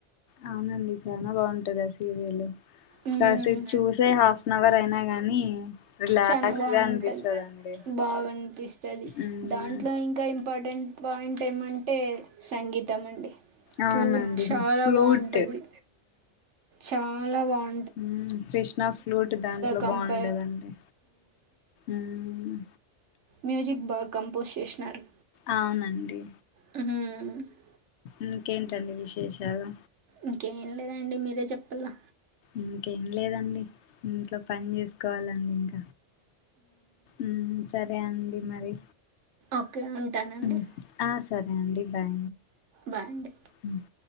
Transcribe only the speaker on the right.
ఉహ్
చాల బాగుంటది
బాగా అనిపిస్తుంది
దాంట్లో ఇంకా ఇంపార్టెంట్ పాయింట్ ఏమంటే సంగీతం అండి
ఫ్లూట్ చాలా
బాగుంటుంది చాలా బాగుంట్
కంప
మ్యూజిక్ బాగ్ కంపోజ్ చేసినారు
ఉమ్మ్
ఇంకేం లేదండి మీరే చెప్పలా
ఓకే ఉంటానండి
బాయ్ అండి